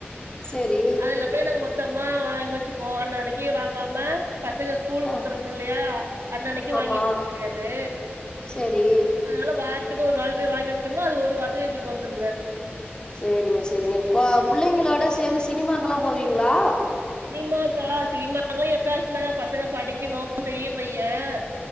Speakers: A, on the left; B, on the right.
A: சேரி
B: அதுல போய் நாங்க மொத்தமா வாங்கி வெச்சுப்போ அண்ணனைக்கு வாங்காம பசங்க ஸ்கூல் குடுத்தறப்பனுல்லயா
A: ஆ
B: அண்ணனைக்கு
A: ஆமா
B: வாங்கிட்டு இருக்க முடியாது
A: சேரி
B: அதனால வாரத்துக்கு ஒரு நாள் போய் வாங்கி வெச்சிட்டோம்னா அது ஒரு வாரத்துக்கு எங்களுக்கு வந்துருங்க
A: சேரிங்க சேரிங்க கோ புள்ளைங்களோட சேந்து சினிமாக்கல்லா போவீங்ளா
B: சினிமாக்கல்லா சினிமாங்ளா எப்பயாச்சுந்தாங்க பசங்க படிக்கணு பெரிய பையன்